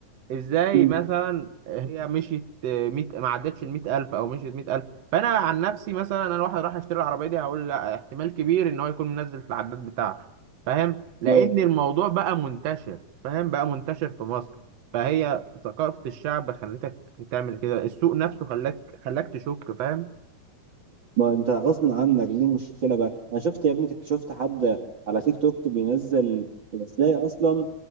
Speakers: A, on the right; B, on the right.
A: ازاي
B: أمم.
A: مثلا هي مشيت ميت ما عدتش ال 100000 او مشيت 100000 فانا عن نفسي مثلا انا واحد راح اشتري العربيه دي هقول لا احتمال كبير ان هو يكون منزل في العداد بتاعته فاهم لان
B: اه
A: الموضوع بقى منتشر فاهم بقى منتشر في مصر فهي ثقافه الشعب خلتك تعمل كده السوق نفسه خلاك خلاك تشك فاهم
B: ما انت غصب عنك دي المشكله بقى انا شفت يا ابني كنت شفت حد على تيك توك بينزل ازاي اصلا